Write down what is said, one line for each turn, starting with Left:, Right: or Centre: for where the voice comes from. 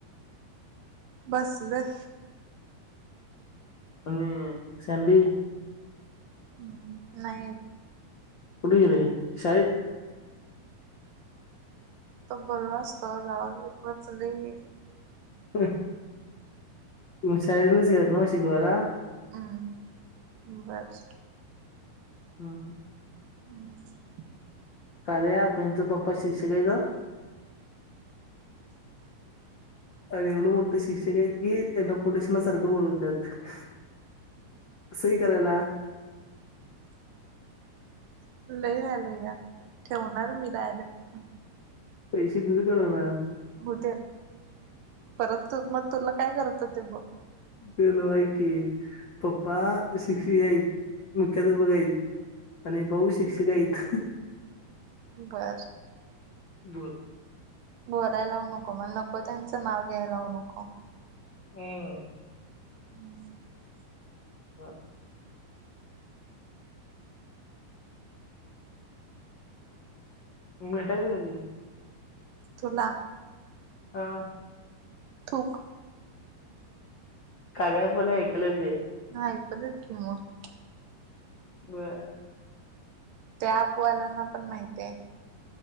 Right: बसलोय.
Left: आणि संडी.
Right: हम् नाही.
Left: कुठे गेली शाळेत.
Right: तो बोललं असतं जाऊ दे वाचलं घे.
Left: ह मग शाळेतनच गेल्यात नव्ह शिकवाला
Right: हम्म बस.
Left: हम्म
Right: <unintelligible>
Left: कार्या ॲप यांचे पप्पा शिक्षक आहेत हं.
Right: <unintelligible>
Left: आणि एवढं मोठं शिक्षक आहेत की त्यांना <unintelligible> पुलेशला सारखं बोलवत्यात सई करायला
Right: <unintelligible> लइ व्हॅलया ठेवणार मी डायरेक्ट
Left: पैसे‌ <unintelligible> दि कर मॅम
Right: हुदेत परत <unintelligible> मग तुला काय करतो ते बघ
Left: ते नव्ह ऐकी पप्पा शिक्षक हायत‌ मुख्याध्यापक हायत आणि भऊ शिक्षक हायत
Right: बर
Left: बोल <unintelligible>
Right: बोलाय लावु नको मला नको त्यांचं नाव घ्याय लावू नको
Left: हम् <unintelligible>
Right: हम्म <inaudible>
Left: ब भेटायचं कधी
Right: तुला
Left: आ
Right: थूक
Left: कद्या पण ऐकलंच आहे <unintelligible>
Right: ह <unintelligible> ऐकू देत की मग
Left: बर
Right: त्या ॲप वाल्यांना पण माहित्याय